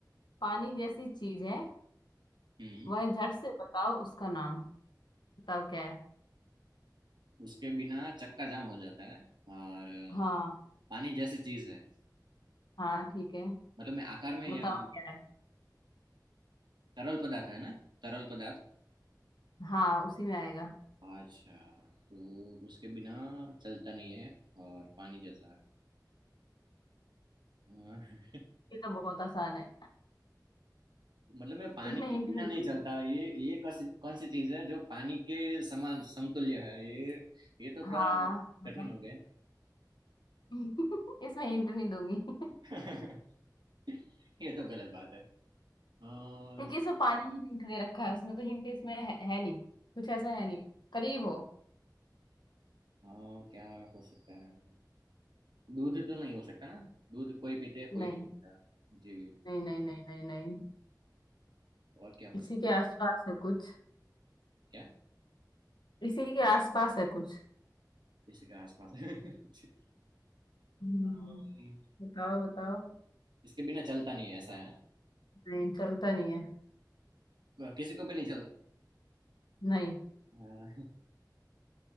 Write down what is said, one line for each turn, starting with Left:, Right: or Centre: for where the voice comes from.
Left: पानी जैसी चीज है
Right: हम्म
Left: वह झट से बताओ उसका नाम बताओ क्या है
Right: उसके बिना चक्का जाम हो जाता है और
Left: हाँ
Right: पानी जैसी चीज है
Left: हाँ ठीक है
Right: मतलब मैं आकार में या
Left: बताओ क्या है
Right: तरल पदार्थ है ना तरल पदार्थ
Left: हाँ उसी में आएगा
Right: अच्छा तो उसके बिना चलता नहीं है और पानी जैसा है
Left: ये तो बहुत आसान है
Right: मतलब मैं पानी
Left: इसमें
Right: के
Left: हिंट नहीं
Right: बिना नहीं
Left: दूंगी
Right: चलता ये ये कौन सी कौन सी चीज है जो पानी के समान समतुल्य है ये ये तो थोड़ा
Left: हाँ बताओ
Right: कठिन हो
Left: <laughs> इसमें हिंट नहीं दूंगी <laughs>
Right: गया <laughs> ये तो गलत बात है और
Left: क्योंकि इसमें पानी ही हिंट दे रखा है उसमें तो हिंट इसमें है, है नहीं कुछ ऐसा है नहीं करीब हो
Right: और क्या हो सकता है दूध तो नहीं हो सकता ना दूध कोई पीते है कोई
Left: नहीं
Right: नहीं पीता जी
Left: नहीं नहीं नहीं नहीं नहीं
Right: और क्या हो
Left: इसी
Right: सकता
Left: के आसपास
Right: है
Left: है कुछ
Right: क्या
Left: इसी के आसपास है कुछ
Right: किसी के आसपास <laughs> जी।
Left: हम्म,
Right: अम,
Left: बताओ बताओ
Right: इसके बिना चलता नहीं है ऐसा है
Left: नहीं चलता नहीं है
Right: किसी को भी नहीं
Left: नहीं
Right: चलता